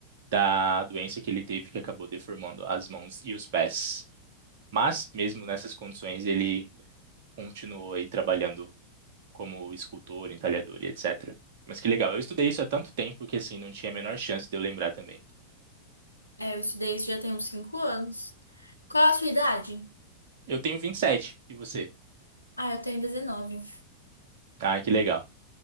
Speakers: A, on the right; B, on the right.
A: da doença que ele teve que acabou deformando as mãos e os pés. Mas mesmo nessas condições, ele continuou aí trabalhando como escultor, entalhador e etc. Mas que legal, eu estudei isso há tanto tempo que assim não tinha a menor chance de eu lembrar também.
B: é, eu estudei isso já tem uns cinco anos. Qual a sua idade?
A: Eu tenho 27. e você?
B: Ah, eu tenho dezenove.
A: Ah, que legal.